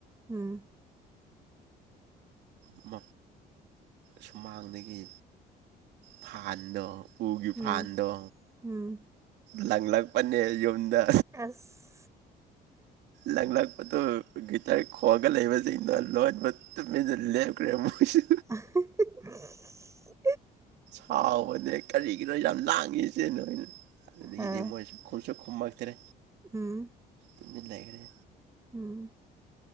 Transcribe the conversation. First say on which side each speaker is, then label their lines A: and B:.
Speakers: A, on the right; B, on the right.
A: ꯎꯝ
B: ꯑꯝ ꯁꯨꯃꯥꯡꯗꯒꯤ ꯐꯥꯟꯗꯣ ꯎꯒꯤ
A: ꯎꯝ
B: ꯐꯥꯟꯗꯣ
A: ꯎꯝ
B: ꯂꯪꯂꯛꯄꯅꯦ ꯌꯨꯝꯗ
A: <unintelligible>
B: ꯂꯥꯡꯂꯛꯄꯗꯨꯣ ꯒꯤꯇꯥꯔ ꯈꯣꯡꯑꯒ ꯂꯩꯕꯁꯤꯡꯅ ꯂꯣꯟꯕ ꯇꯨꯃꯤꯟꯅ ꯂꯦꯞꯈ꯭ꯔꯦ ꯃꯣꯏꯁꯨ
A: <unintelligible>
B: ꯍꯥꯎꯟꯅ ꯀꯔꯤ ꯀꯩꯒꯤꯅꯣ ꯌꯥꯝ ꯂꯥꯡꯉꯁꯦ ꯅꯣꯏ ꯑꯗꯨꯗꯒꯤꯗꯤ
A: ꯑ
B: ꯃꯣꯏꯁꯨ ꯈꯨꯝꯁꯨ ꯈꯨꯝꯃꯛꯇ꯭ꯔꯦ
A: ꯎꯝ
B: ꯑꯗꯨꯃꯤ ꯂꯩꯈꯔꯦ
A: ꯎꯝ